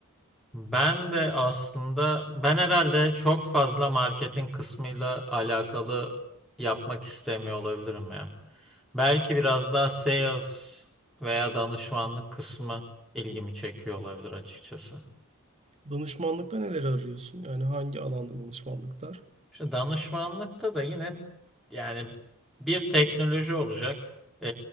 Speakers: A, in the centre; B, on the right.
A: Ben de aslında ben herhalde çok fazla marketin kısmıyla alakalı yapmak istemiyor olabilirim ya. Belki biraz daha sales veya danışmanlık kısmı ilgimi çekiyor olabilir açıkçası.
B: Danışmanlıkta neleri arıyorsun? Yani hangi alanda danışmanlıklar?
A: İşte danışmanlıkta da yine yani bir teknoloji olacak. Ee,